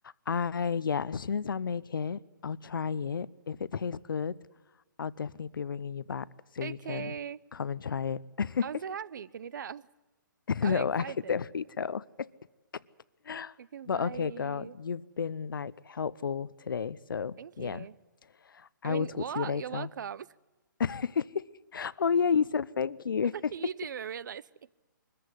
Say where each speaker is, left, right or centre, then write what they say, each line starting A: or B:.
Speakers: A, on the left; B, on the right.
A: I, yeah, as soon as I make it, I'll try it. If it tastes good, I'll definitely be ringing you back so
B: Okay.
A: you can come and try it.
B: I'm so happy.
A: <laughs>
B: Can you tell? <laughs> I'm
A: No,
B: excited.
A: I could definitely
B: <laughs>
A: tell. <laughs>
B: Okay,
A: But
B: bye.
A: okay, girl, you've been like helpful today. So
B: Thank
A: yeah,
B: you.
A: I
B: I mean,
A: will talk
B: what?
A: to you later.
B: You're welcome.
A: <laughs> Oh, yeah, you said thank you.
B: <laughs>
A: <laughs>
B: You didn't even realize. <laughs>